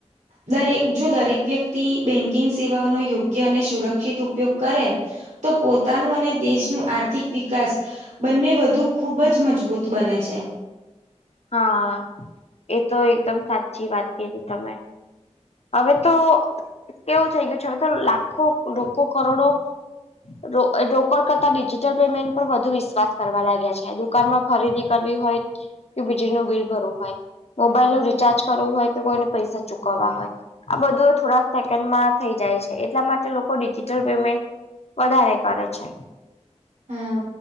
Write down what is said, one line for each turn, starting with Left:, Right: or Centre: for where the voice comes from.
Right: દરેક જો દરેક વ્યક્તિ બેન્કિંગ સેવાઓનો યોગ્ય અને સુરક્ષિત ઉપયોગ કરે તો પોતાનું અને દેશનું આર્થિક વિકાસ બંને વધુ ખૂબ જ મજબૂત બને છે.
Left: હા એ તો એકદમ સાચી વાત કીધી તમે અવે તો કેવું થઈ ગયું છે હવે તો લાખો લોકો કરોડો રો અ રોકડ કરતા ડિજિટલ પેમેન્ટ પર વધુ વિશ્વાસ કરવા લાગ્યા છે હજુ દુકાનમાં ખરીદી કરવી હોય કે વીજળી નું બિલ ભરવું હોય મોબાઈલ નું રીચાર્જ કરવું હોય કે કોઈને પૈસા ચૂકવવા હોય આ બધું થોડા સેકન્ડમાં થઈ જાય છે એટલા માટે લોકો ડિજિટલ પેમેન્ટ વધારે કરે છે.
Right: હા.